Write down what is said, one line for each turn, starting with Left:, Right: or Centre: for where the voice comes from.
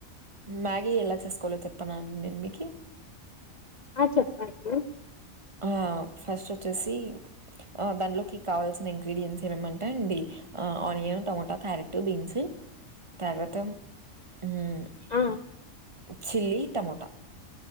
Right: మ్యాగీ ఎలా చేసుకోవాలో చెప్పనా అండి నేను మీకు
Left: ఆ చెప్పండి
Right: ఆ ఆ ఫస్ట్ వచ్చేసి దాట్లోకి కావలసినా ఇంగ్రేడియంట్స్ ఏమంటే అండి నియన్ టమాట క్యారెట్ బీన్స్ తర్వాత హ్మ్
Left: ఆ
Right: చిల్లీ టమోటా